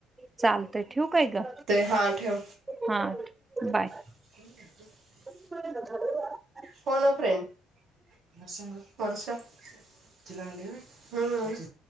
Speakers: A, on the right; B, on the right.
A: चालतय ठेऊ काय ग,
B: हा ठेव
A: हा बाय.
B: <unintelligible>
A: <unintelligible>
B: फोनो फ्रेंड. रसंग वर्ष तला ह <unintelligible>